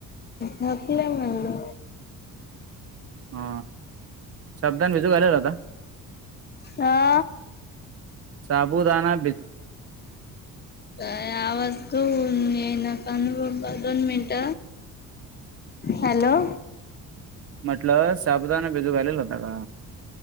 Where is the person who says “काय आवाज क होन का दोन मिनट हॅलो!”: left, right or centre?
Left